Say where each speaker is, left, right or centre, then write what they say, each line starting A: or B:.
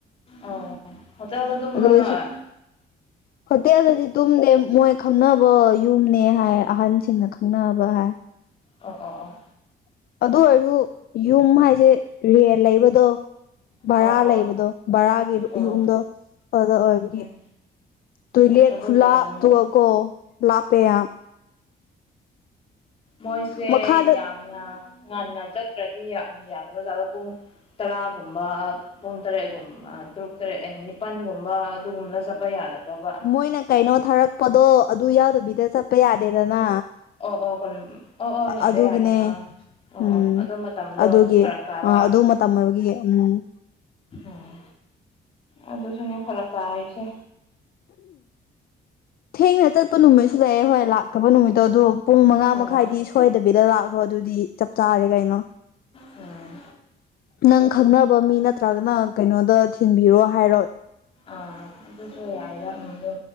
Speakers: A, on the left; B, on the left.
A: ꯑꯣ ꯍꯣꯇꯦꯜꯗ ꯇꯨꯝꯕ꯭ꯔꯣ
B: ꯑꯗꯨ ꯑꯩꯁꯨ
A: ꯅꯣꯏ
B: ꯍꯣꯇꯦꯜꯗꯗꯤ ꯇꯨꯝꯗꯦ ꯃꯣꯏ ꯈꯪꯅꯕ ꯌꯨꯝꯅꯦ ꯍꯥꯏ ꯑꯍꯟꯁꯤꯡꯅ ꯈꯪꯅꯕ ꯍꯥꯏ
A: ꯑꯣ ꯑꯣ ꯑꯣ
B: ꯑꯗꯨ ꯑꯣꯏꯔꯁꯨ ꯌꯨꯝ ꯍꯥꯏꯁꯦ ꯔꯦꯟ ꯂꯩꯕꯗꯣ ꯕꯔꯥ
A: ꯑꯣ ꯑꯣ ꯑꯣ
B: ꯂꯩꯕꯗꯣ ꯕꯔꯥꯒꯤ
A: ꯑꯣ
B: ꯌꯨꯝꯗ ꯑꯗꯨꯗ ꯑꯣꯏꯕꯗꯤ
A: ꯎꯝ
B: ꯇꯣꯏꯂꯦꯠ
A: ꯑꯁ ꯑꯗꯨꯒꯤ
B: ꯈꯨꯂꯞ
A: ꯑꯣꯏꯔꯝꯃꯅꯤ
B: ꯇꯨꯒ ꯂꯥꯛꯄꯦꯌꯥ
A: ꯃꯣꯏꯁꯦ
B: ꯃꯈꯥꯗ
A: ꯌꯥꯝꯅ ꯉꯟꯅ ꯆꯠꯇ꯭ꯔꯗꯤ ꯌꯥꯗꯕꯥꯗ ꯄꯨꯡ ꯇꯔꯥꯒꯨꯝꯕ ꯄꯨꯡ ꯇꯔꯦꯠꯒꯨꯝꯕ ꯇꯔꯨꯛ ꯇꯔꯦꯠ ꯅꯤꯄꯜꯒꯨꯝꯕ ꯑꯗꯨꯒꯨꯝꯕꯗ ꯆꯠꯄ ꯌꯥꯗꯕ꯭ꯔꯕ
B: ꯃꯣꯏꯅ ꯀꯩꯅꯣ ꯊꯥꯔꯛꯄꯗꯣ ꯑꯗꯨ ꯌꯥꯎꯗꯕꯤꯗ ꯆꯠꯄ ꯆꯄ ꯌꯥꯗꯦꯗꯅ
A: ꯑꯣ ꯑꯣ ꯀ ꯑꯣ ꯑꯣ ꯌꯥꯔꯦ
B: ꯑꯗꯨꯒꯤꯅꯦ
A: ꯌꯥꯔꯦ ꯑꯥ ꯑꯣ
B: ꯎꯝ
A: ꯑꯣ ꯑꯗꯨ ꯃꯇꯝꯗꯣ
B: ꯑꯗꯨꯒꯤ
A: ꯐꯔꯛ ꯇꯥꯕ
B: ꯑ ꯑꯗꯨ ꯃꯇꯝ ꯑꯣꯏꯕꯒꯤ ꯎꯝ
A: ꯎꯝ ꯑꯗꯨ ꯑꯗꯨꯁꯨꯅ ꯐꯔꯀꯥꯏꯁꯦ
B: ꯊꯦꯡꯅ ꯆꯠꯄ ꯅꯨꯃꯤꯠꯁꯨ ꯂꯩꯑꯦ ꯍꯣꯏ ꯂꯥꯛ ꯊꯄ ꯅꯨꯃꯤꯠꯇꯣ ꯑꯗꯨꯗꯣ ꯄꯨꯡ ꯃꯉꯥ
A: ꯑꯣ
B: ꯃꯈꯥꯏꯗꯤ ꯁꯣꯏꯗꯕꯤꯗ ꯂꯥꯛꯈ꯭ꯔꯣ ꯑꯗꯨꯗꯤ ꯆꯞ ꯆꯥꯔꯦ ꯀꯩꯅꯣ
A: ꯎꯝ
B: ꯅꯪ ꯈꯪꯅꯕ ꯃꯤ ꯅꯠꯇ꯭ꯔꯒꯅ ꯀꯩꯅꯣꯗ ꯊꯤꯟꯕꯤꯔꯣ ꯍꯥꯏꯔꯣ
A: ꯑꯥ ꯑꯗꯨꯁꯨ ꯌꯥꯏꯔ ꯎꯝ ꯑꯗꯨ